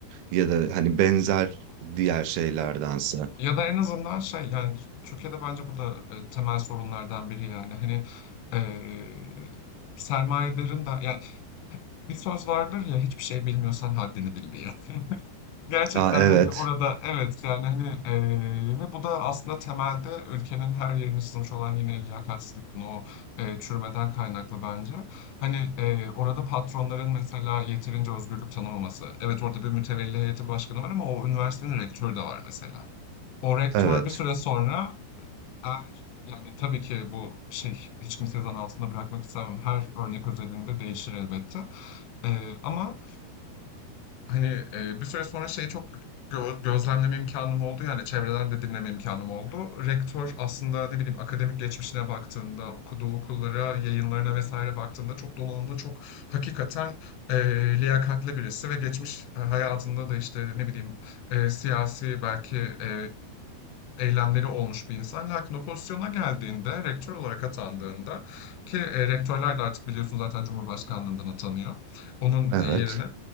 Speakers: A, on the right; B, on the left.
A: ya da hani benzer diğer şeylerdense.
B: Ya da en azından şey, yani, Türkiye'de bence bu da, eee, temel sorunlardan biri yani. Hani, eee, sermayedarın da ya Bir söz vardır ya hiçbir şey bilmiyorsan haddini bil diye. <laughs> Gerçekten
A: Ya evet,
B: yani orada evet yani hani eee, ve bu da aslında temelde ülkenin her yerine sızmış olan yine liyakatsizlikin o eee, çürümeden kaynaklı bence. Hani eee, orada patronların mesela yeterince özgürlük tanımaması. Evet orada bir mütevelli heyeti başkanı var ama o üniversitenin rektörü de var mesela. O rektör
A: evet,
B: bir süre sonra eğer yani tabii ki bu şey hiç kimseyi zan altında bırakmak istemem. Her örnek özelinde değişir elbette. Eee, ama Hani e, bir süre sonra şey çok gö- gözlemleme imkanım oldu yani çevreden de dinleme imkanım oldu. Rektör aslında ne bileyim akademik geçmişine baktığında, okuduğu okullara, yayınlarına vesaire baktığında çok donanımlı, çok hakikaten e, liyakatli birisi ve geçmiş hayatında da işte ne bileyim e, siyasi belki e, eylemleri olmuş bir insan. Lakin o pozisyona geldiğinde, rektör olarak atandığında ki e, rektörler de artık biliyorsun zaten Cumhurbaşkanlığından atanıyor onun
A: evet.
B: yerine.